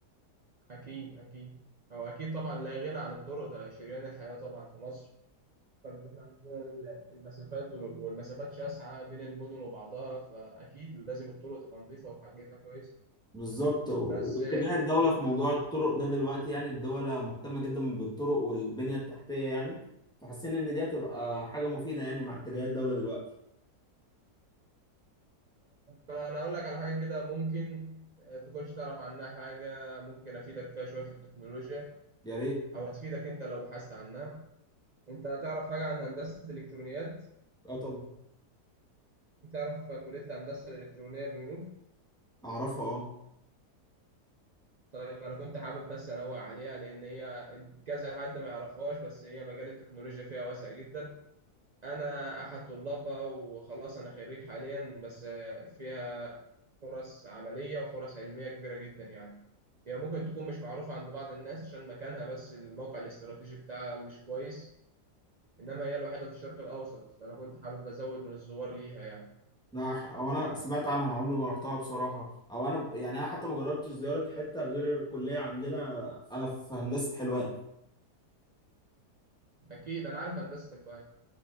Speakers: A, on the right (about 45°); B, in the centre.
A: أكيد أكيد هو أكيد طبعا لا غنى عن الطرق ده شريان الحياة طبعا في مصر طبعاً إن إحنا عندنا ال- المسافات وال- والمسافات شاسعة بين المدن وبعضها فأكيد لازم الطرق تبقى نظيفة وحاجتها كويس
B: بالظبط و-
A: بس
B: واتجاه الدولة في موضوع الطرق ده دلوقتي يعني الدولة مهتمة جدا بالطرق والبنية التحتية يعني فحاسين إن دي هتبقى حاجة مفيدة يعني مع اتجاه الدولة دلوقتي
A: انا اقول لك على حاجه كده ممكن آه، تكونش تعرف عنها حاجه ممكن افيدك فيها شويه في التكنولوجيا
B: يا ريت
A: او هتفيدك انت لو بحثت عنها انت تعرف حاجه عن هندسه الالكترونيات
B: اه طبعا
A: تعرف كليه الهندسه الالكترونيه بمنوف
B: أعرفها اه
A: طيب انا كنت حابب بس انوه عليها لان هي كذا حد ما يعرفهاش بس هي مجال التكنولوجيا فيها واسع جدا انا احد طلابها وخلاص انا خريج حاليا بس آه، فيها فرص عمليه وفرص علميه كبيره جدا يعني هي ممكن تكون مش معروفه عند بعض الناس عشان مكانها بس الموقع الاستراتيجي بتاعها مش كويس انما هي الوحيده في الشرق الاوسط فانا كنت حابب ازود من الزوار ليها يعني
B: أنا ح- أو أنا سمعت عنها أنا عمري ما رحتها بصراحة أو أنا ب- يعني أنا حتى ما جربتش زيارة حتة غير الكلية عندنا أنا في هندسة حلوان
A: اكيد انا عارف هندسه الوان